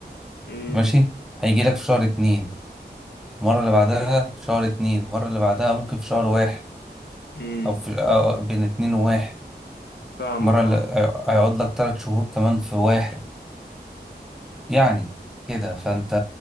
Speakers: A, on the left; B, in the centre.
A: امم
B: ماشي هيجي لك في شهر اتنين المرة اللي بعدها في شهر اتنين المرة اللي بعدها ممكن في شهر واحد
A: امم
B: او في أو بين اتنين وواحد
A: فاهمك
B: المرة اللي
A: اه
B: هي- هيقعد لك تلات شهور كمان في واحد يعني كده فانت